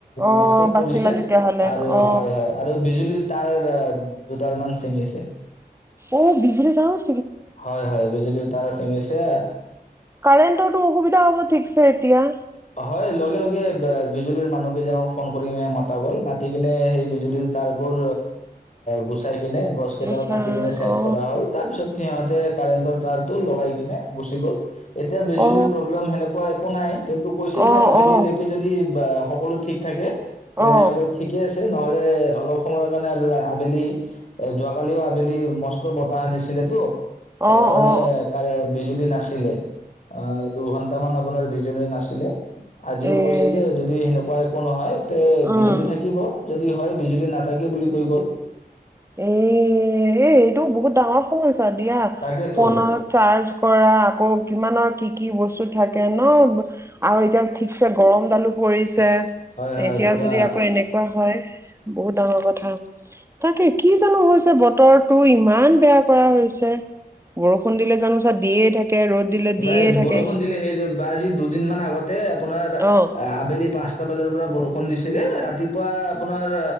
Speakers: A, on the right; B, on the left.
A: অ
B: ৰাস্তাত
A: বাচিলা
B: পৰিছে
A: তেতিয়াহ'লে
B: আৰু
A: অ
B: হয়, হয় আৰু বিজুলী তাৰ দুডালমান ছিঙিছে।
A: অ বিজুলী তাৰো
B: হয়, হয় বিজুলীৰ তাৰো চিঙিছে।
A: কাৰেণ্টৰটো অসুবিধা হ'ব ঠিকছে এতিয়া
B: হয় লগে- লগে বিজুলীৰ মানুহ কেইজনক ফোন কৰিনে মতা গ'ল মাতি পিনে সেই বিজুলীৰ তাৰবোৰ গুচাই কিনে গছ কেইডাল
A: বুইছা
B: কাটি কেনে চাইড
A: অ
B: কৰা হ'ল তাৰ পিছত সিহঁতে কাৰেণ্টৰ তাৰটো লগাই কিনে গুচি গ'ল। এতিয়া বিজুলীৰ
A: অ
B: প্ৰব্লেম সেনেকুৱা একো নাই। কিন্তু কৈছে
A: অ
B: যে আবেলিলৈকে
A: অ
B: যদি বা সকলো ঠিক থাকে। তেনেহ'লে
A: অ
B: ঠিকে আছিল। নহলে অলপ সময়ৰ কাৰণে আৰু আবেলি এ যোৱাকালিও আবেলি মস্ত বতাহ দিছিলেটো তাৰ
A: অ
B: কাৰণে
A: অ
B: কাৰে বিজুলী নাচ আছিলে। অ', দুঘন্টা মান আপোনাৰ বিজুলী না ছিলে। আজিও
A: এ
B: কৈছে যে যদি সেনেকুৱা একো নহয়। তে
A: উম,
B: বিজুলী থাকিব যদি হয় বিজুলী নাথাকে বুলি কৈ গ'ল।
A: এ-এ এইটো বহুত ডাঙৰ সোন হৈছে। দিয়া
B: তাকেতো
A: ফোনত চাৰ্জ কৰা আকৌ কিমানৰ কি, কি বস্তু থাকে ন আৰু এতিয়া ঠিকছে গৰম ডালো পৰিছে।
B: হয় হয়
A: এতিয়া
B: পুৰা
A: যদি আকৌ এনেকুৱা হয় বহুত ডাঙৰ কথা তাকে কি জানো হৈছে বতৰ টো ইমান বেয়া কৰা হৈছে বৰষুণ দিলে জানো চা দিয়ে থাকে ৰ'দ দিলে দিয়ে
B: নাই
A: থাকে
B: বৰষুণ দিলে সেই যে বা আজি দুদিন মমান আগত আপোনাৰ
A: অ।
B: আবেলি প বাৰৰ পৰা বৰষুণ দিছিলে ৰাতিপুৱা আপোনাৰ